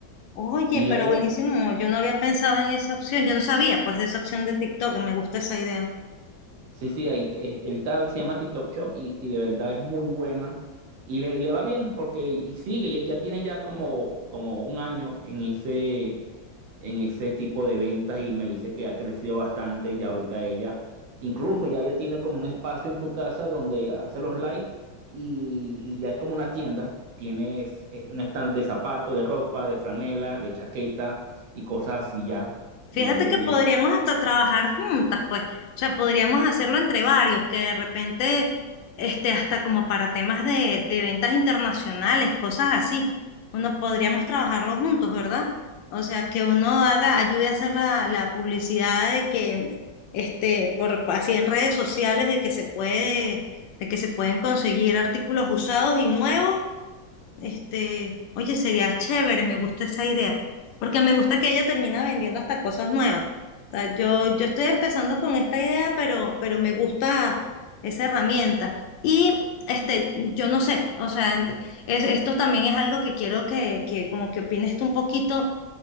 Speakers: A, on the left; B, on the right.
A: Oye,
B: Y la
A: pero
B: he ido,
A: buenísimo, yo no había pensado en esa opción, yo no sabía pues de esa opción de TikTok, me gusta esa idea.
B: sí, sí, ahí, eh, él está- se llama TikTok Shop y, y de verdad es muy buena. Y le, le va bien porque y sigue, ya, ya tiene ya como, como un año en ese, en ese tipo de ventas y me dice que ha crecido bastante y ya ahorita ella, incluso ya ella tiene como un espacio en su casa donde hace los live y, y ya es como una tienda. tienes es- un stand de zapatos, de ropa, de franela, de chaqueta y cosas así ya.
A: Fíjate
B: Y le ha ido
A: que
B: bien.
A: podríamos hasta trabajar juntas, pues. O sea, podríamos hacerlo entre varios, que de repente, este, hasta como para temas de, de ventas internacionales, cosas así. Uno podríamos trabajarlo juntos, ¿verdad? O sea, que uno haga, ayude a hacer la, la publicidad de que, este, por así en redes sociales, de que se puede, de que se pueden conseguir artículos usados y nuevos este, oye, sería chévere, me gusta esa idea, porque me gusta que ella termina vendiendo hasta cosas nuevas. O sea, yo, yo estoy empezando con esta idea, pero, pero me gusta esa herramienta. Y este, yo no sé, o sea, en- es- esto también es algo que quiero que, que como que opines tú un poquito,